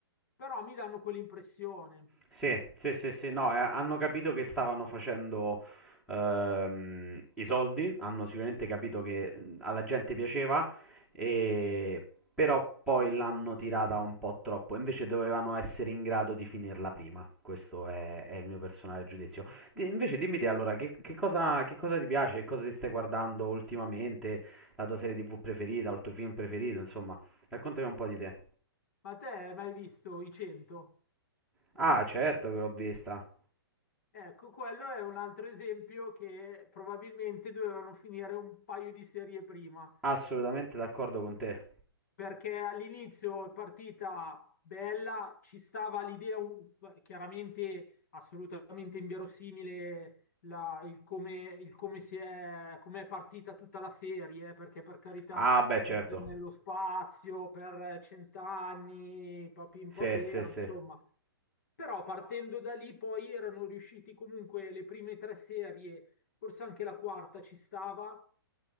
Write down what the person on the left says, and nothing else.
però mi danno quell'impressione.
Ma te hai mai visto i 100?
Ecco, quello è un altro esempio che probabilmente dovevano finire un paio di serie prima.
perché all'inizio è partita bella, ci stava l'idea u- chiaramente assolutamente inverosimile la- il come, il come si è, come è partita tutta la serie, eh, perché per carità
nello spazio per cent'anni, papin
papero,
insomma. Però partendo da lì poi erano riusciti comunque le prime tre serie, forse anche la quarta ci stava